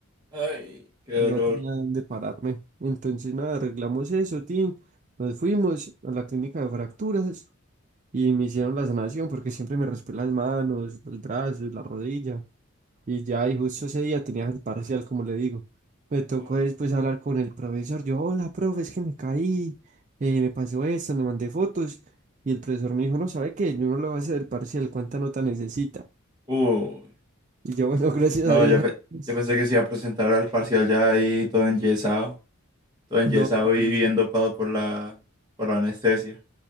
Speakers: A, on the right; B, on the right.
A: Ay, qué dolor.
B: no tenía dónde pararme. Entonces, nada, arreglamos eso, Tin. Nos fuimos a la clínica de fracturas y me hicieron la sanación porque siempre me raspé las manos, los brazos, la rodilla. Y ya, y justo ese día tenía el parcial, como le digo. Me tocó
A: Uy.
B: después hablar con el profesor. Yo, hola, profe, es que me caí, eh, me pasó esto, le mandé fotos. Y el profesor me dijo, no, ¿sabe qué? Yo no lo voy a hacer el parcial, ¿cuánta nota necesita?
A: Uy.
B: Y yo, bueno, <laughs> gracias
A: No,
B: a Dios.
A: yo, pe-
B: <laughs>
A: yo pensé que se iba a presentar al parcial ya ahí todo enyesado, todo enyesado
B: No, no,
A: y
B: no.
A: bien dopado por la, por la anestesia.